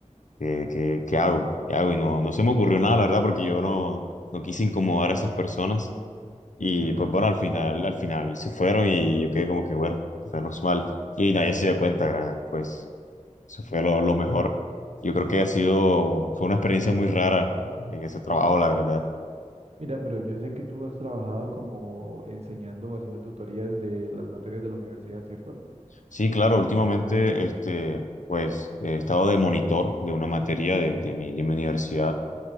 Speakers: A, on the left; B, on the right.
A: ¿Qué, qué- qué hago? ¿Qué hago? Y no, no se me ocurrió nada, la verdad, porque yo no, no quise incomodar a esas personas. Y
B: sí, claro.
A: pues bueno, al final, al final se fueron y yo quedé como que bueno, menos mal. Y nadie se dio cuenta, gra- pues eso fue lo, lo mejor. Yo creo que ha sido, fue una experiencia muy rara en ese trabajo, la verdad.
B: Mira, pero yo sé que tú has trabajado como enseñando o haciendo tutorías de las materias de la universidad, ¿cierto?
A: Sí, claro, últimamente, este, pues he estado de monitor de una materia de, de mi, de mi universidad.